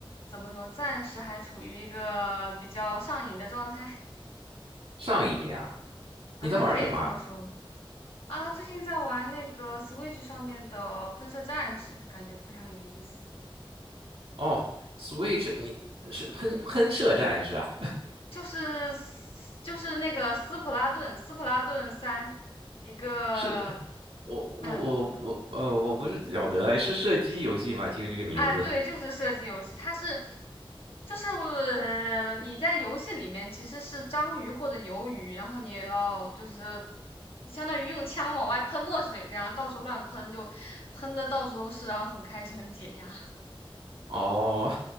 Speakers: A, on the left; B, on the right.
A: 怎么说，暂时还处于一个比较上瘾的状态
B: 上瘾呀！
A: <laughs>
B: 你在玩什么啊
A: 啊，可以这么说吧。啊，最近在玩那个 Switch 上面的《喷射战士》，感觉非常有意思，
B: 哦，Switch，你是喷喷射战士啊？
A: 就是就是那个斯普拉顿，斯普拉顿三，一个。
B: <laughs> 是，我我我我呃，
A: 嗯。
B: 我不是晓得哎，是射击游戏吗？听这个名字，
A: 哎，对，就是射击游戏，它是，就是呃你在游戏里面其实是章鱼或者鱿鱼，然后你要就是相当于用枪往外喷墨水，这样到处乱喷，就喷的到处都是，然后很开心，很解压。
B: 哦，